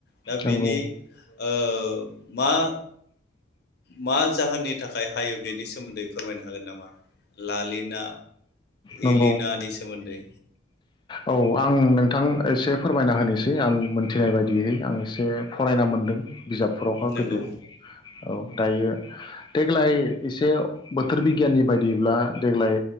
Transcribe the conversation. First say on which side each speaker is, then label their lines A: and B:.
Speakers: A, on the left; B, on the left.
A: दा बेनि
B: नंगौ
A: ओ मा मा जाहोननि थाखाय हायो बेनि सोमोन्दै फोरमायनो हागोन नामा लालिना
B: नंगौ
A: इलिनानि सोमोन्दै
B: औ आं नोंथां एसे फोरमायना होनोसै आं मोनथिनाय बायदियैहै आं एसे फरायना मोनदों बिजाबफोरावहा
A: नंगौ
B: गोदो औ दायो देग्लाय एसे बोथोर बिगियाननि बायदिब्ला देग्लाय